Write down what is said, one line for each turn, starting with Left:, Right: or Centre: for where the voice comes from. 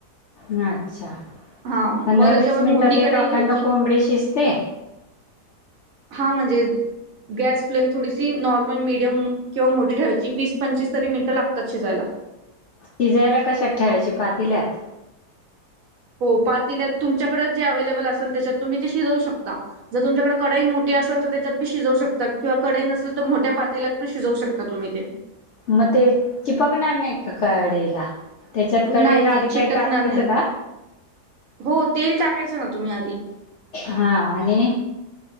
Left: नच्छा!
Right: हा मग
Left: पंधरा
Right: त्याच्यावर
Left: वीस
Right: मोठी
Left: मिनटात
Right: कढई
Left: एक अखंड
Right: घ्यायची
Left: कोंबडी शिजते.
Right: हा म्हणजे गॅस फ्लेम थोडीशी नॉर्मल मिडियम किंवा मोठी ठेवायची, वीस पंचवीस तरी मिनटं लागतात शिजायला <inaudible>
Left: शिजायला कशात ठेवायची पातील्यात?
Right: हो पातील्यात तुमच्याकड जे अवेलेबल असेल त्याच्यात तुम्ही ती शिजवू शकता जर तुमच्याकड कडई मोटी टी असल तर त्याच्यात बी शिजवू शकातात किंवा कडई नसेल तर मोठ्या पातेल्यात पण शिजवू शकता तुम्ही ते
Left: म ते चिपकणार नाई का कडईला? त्याच्यात कडईत
Right: नाही नाही
Left: आधी
Right: चिटकणार
Left: काही टाकायचं
Right: नाही.
Left: का?
Right: हो तेल टाकायचं ना तुम्ही आधी
Left: हा आणि